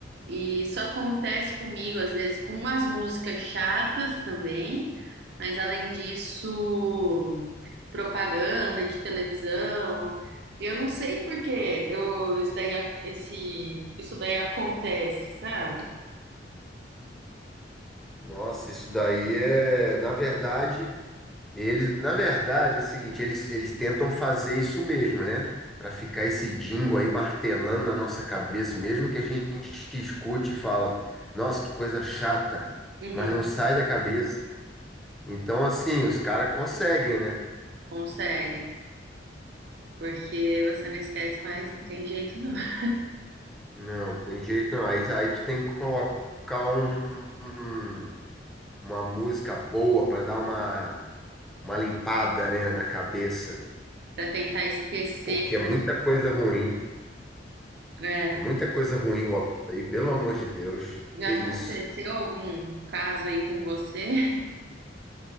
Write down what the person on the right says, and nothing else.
e isso acontece comigo às vezes com umas músicas chatas também, mas além disso, propaganda de televisão. Eu não sei por que eu, isso daí, a- esse, isso daí acontece, sabe?
Uhum,
consegue, porque você não esquece mais, não tem jeito não. <laughs>
Pra tentar esquecer,
é,
já
aconteceu algum caso aí com você?